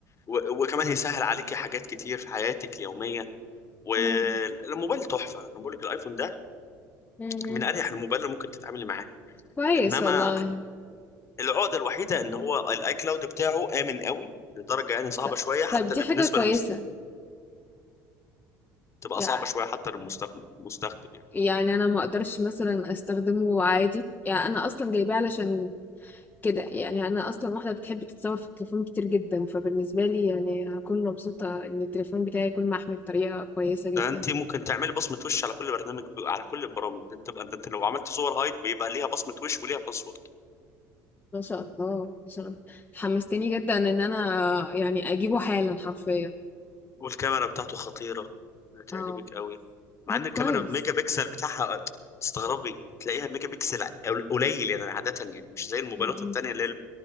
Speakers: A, on the left; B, on the left.
A: و- وكمان هيسهل عليكي حاجات كتير في حياتك اليوميه والموبايل
B: مم،
A: تحفه انا بقول لك الايفون ده
B: مم.
A: من اريح الموبايل اللي ممكن تتعاملي معاه
B: كويس
A: انما
B: والله
A: العقدة الوحيدة ان هو الاي كلاود بتاعه آمن قوي لدرجة يعني صعبة
B: ط-
A: شوية حتى
B: طيب دي
A: اللي
B: حاجة
A: بالنسبة
B: كويسة
A: للمست... تبقى
B: يع-
A: صعبة شوية حتى للمستخدم المستخدم يعني
B: يعني انا ما اقدرش مثلا استخدمه عادي يعني انا اصلا جايباه علشان كده يعني انا اصلا واحده بتحب تتصور في التليفون كتير جدا فبالنسبه لي يعني هكون مبسوطه ان التليفون بتاعي يكون محمي بطريقه كويسه جدا
A: ده انت ممكن تعملي بصمة وش على كل برنامج ب... على كل البرامج ده انت بقى ده انت لو عملت صور هايد بيبقى ليها بصمة وش وليها باسورد
B: ما شاء الله ما شاء الله حمستني جدا ان انا يعني اجيبه حالا حرفيا
A: والكاميرا بتاعته خطيرة هتعجبك
B: اه
A: قوي مع
B: طب
A: ان الكاميرا
B: كويس
A: بميجا بكسل بتاعها تستغربي تلاقيها ميجا بكسل قل- قليل يعني عادة يعني مش زي الموبايلات
B: م-
A: التانية
B: م.
A: اللي هي